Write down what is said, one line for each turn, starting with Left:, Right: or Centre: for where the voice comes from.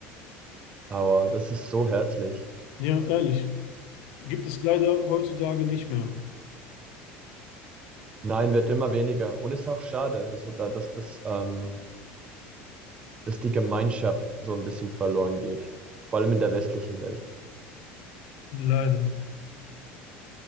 Right: Aber das ist so herzlich.
Left: Ja, ehrlich. Gibt es leider heutzutage nicht mehr.
Right: Nein, wird immer weniger. Und ist auch schade, also da, dass, das, ähm, dass die Gemeinschaft so ein bisschen verloren geht. Vor allem in der westlichen Welt.
Left: Leider.